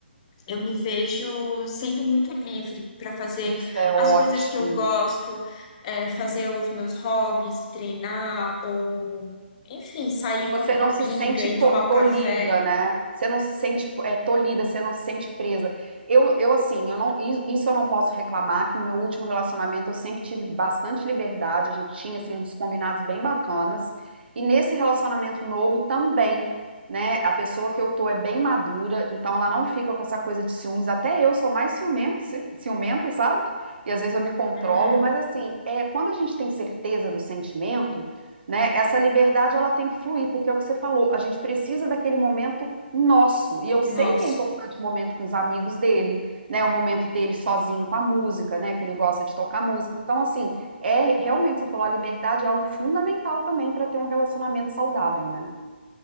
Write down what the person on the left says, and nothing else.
eu me vejo sendo muito livre para fazer
as coisas que eu gosto, é, fazer os meus hobbies, treinar, ou, enfim, sair
com alguma
amiga
e
tomar um
café.
Uhum.
Nossa.